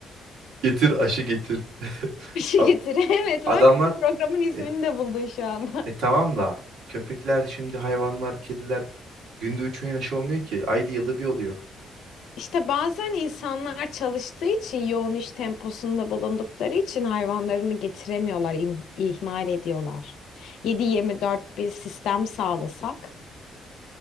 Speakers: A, on the right; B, on the left.
A: getir aşı getir.
B: Aşı
A: A-
B: getir. <laughs> Evet
A: Adamlar
B: bak programın ismini
A: e,
B: de buldun şu anda.
A: E tamam da köpekler şimdi hayvanlar, kediler günde 3 öğün aşı olmuyor ki. Ayda yılda bir oluyor.
B: İşte bazen insanlar çalıştığı için yoğun iş temposunda bulundukları için hayvanlarını getiremiyorlar, im- ihmal ediyorlar. 7-24 bir sistem sağlasak